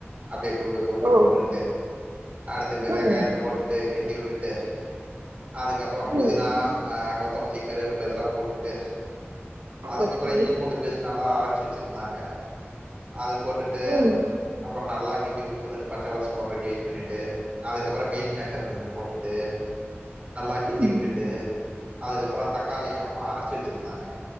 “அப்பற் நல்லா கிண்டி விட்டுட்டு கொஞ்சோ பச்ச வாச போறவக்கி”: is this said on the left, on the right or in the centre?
Right